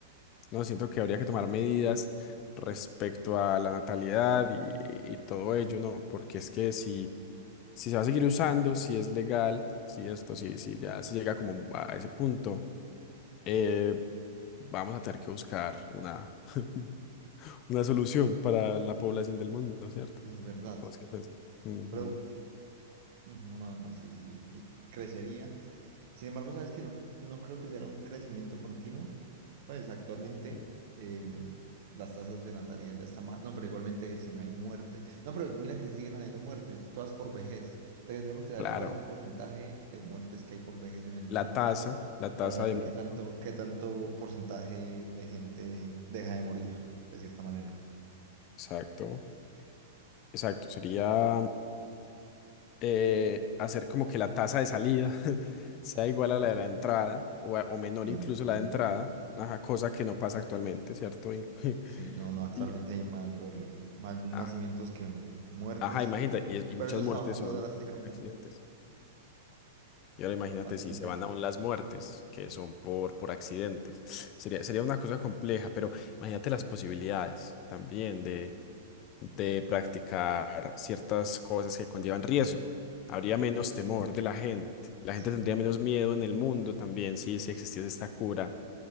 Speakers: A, on the left; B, on the right.
A: No, siento que habría que tomar medidas respecto a la natalidad y, y todo ello, ¿no? Porque es que si, si se va a seguir usando, si es legal, si esto,
B: Mm.
A: si, si ya se llega como a ese punto, eh, vamos a tener que buscar una, <laughs> una solución para la población del mundo, ¿cierto?
B: Es verdad,
A: ¿Cómo es que pensás? Ujú,
B: pero mm, bueno, no, sí, sí, y crecería. Sin embargo, sabes que no, no creo que sea un crecimiento continuo. Pues actualmente
A: ujú.
B: eh, las tasas de natalidad ya están más. No, pero igualmente si no hay muertes. No, pero mira que si siguen habiendo muertes, todas por vejez. Tendríamos que saber
A: Claro.
B: cuál es el porcentaje de muertes que hay por vejez en el mundo
A: La tasa, la tasa
B: para saber
A: de México.
B: qué tanto, qué tanto porcentaje de gente deja de morir, de cierta manera.
A: Exacto, exacto. Sería eh, hacer como que la tasa de salida <laughs> sea igual a la de la entrada o, a- o menor
B: En,
A: incluso
B: en
A: la de
B: efecto.
A: entrada, ajá, cosa que no pasa actualmente, ¿cierto? In- <laughs>
B: Sí, no, no, actualmente
A: Y,
B: hay mayor, más nacimientos
A: ah,
B: que muertes,
A: ajá, imagínate, y, es- y
B: pero
A: muchas
B: eso está
A: muertes
B: bajando
A: son
B: drásticamente,
A: accidentes. Y ahora imagínate
B: bastante,
A: si se van aún las muertes, que son por, por accidentes. Sería, sería una cosa compleja, pero imagínate las posibilidades también de, de practicar ciertas cosas que conllevan riesgo. Habría menos temor de la gente. La
B: sí.
A: gente tendría menos miedo en el mundo también si, si existiese esta cura.